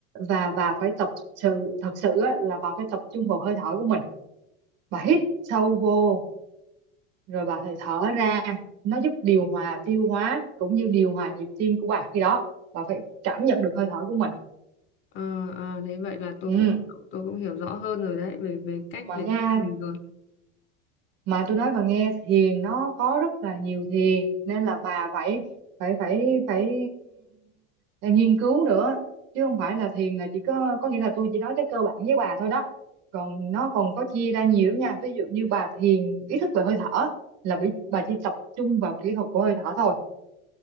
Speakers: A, on the right (about 50°); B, on the left (about 35°).
A: và bà phải tập sự thật sự á, là bà phải tập trung vào hơi thở của mình bà hít sâu vô rồi bà phải thở ra nó giúp điều hòa tiêu hóa cũng như điều hòa nhịp tim của bà khi đó bà phải cảm nhận được hơi thở của mình
B: à, à, thế vậy là tôi
A: ừ.
B: cũng tôi cũng hiểu rõ hơn rồi đấy về về cách
A: mà
B: để
A: nha
B: mình rồi
A: mà tôi nói bà nghe thiền nó có rất là nhiều thiền nên là bà phải phải phải phải ừ, nghiên cứu nữa chứ không phải là thiền là chỉ có có nghĩa là tôi chỉ nói cái cơ bản với bà thôi đó còn nó còn có chia ra nhiều lắm nha ví dụ như bà thiền ý thức về hơi thở là bị- bà chỉ tập trung vào kỹ thuật của hơi thở thôi